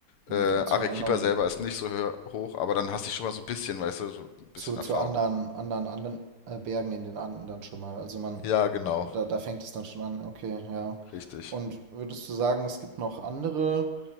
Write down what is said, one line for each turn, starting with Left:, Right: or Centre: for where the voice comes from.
Right: Mhm.
Left: Äh,
Right: Zu
Left: Arequipa
Right: anderen,
Left: selber ist nicht so hö- hoch, aber dann hast du schon mal so ein bisschen, weißt du, so ein bisschen
Right: zu, zu
Left: Erfahrung.
Right: anderen, anderen, anderen äh, Bergen in den Anden dann schon mal. Also man,
Left: Ja, genau,
Right: da, da fängt es dann schon an, okay, ja.
Left: richtig.
Right: Und würdest du sagen, es gibt noch andere